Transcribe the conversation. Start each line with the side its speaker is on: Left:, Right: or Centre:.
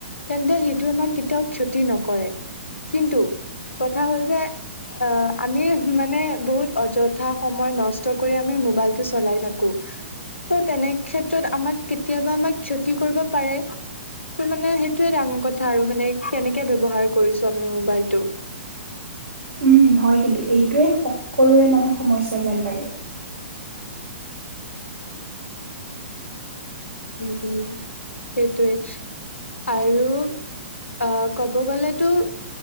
Left: তেন্তে সেইটো আমাক কেতিয়াও ক্ষতি নকৰে। কিন্তু কথা হ'ল যে অ আমি মানে বহুত অযথা সময় নষ্ট কৰি আমি মোবাইলটো চলাই থাকো তেনে য'ত আমাক কেতিয়াবা আমাক ক্ষতি কৰিব পাৰে টো মানে সেইটোয়ে ডাঙৰ কথা আৰু মানে কেনেকে ব্যৱহাৰ কৰিছো আমি মোবাইলটো
Right: উম হয় কিন্তু এইটোৱে সকলোৰে মানে সমস্যা যেন লাগে
Left: উম উম সেইটোৱে আৰু আহ ক'ব গলেতো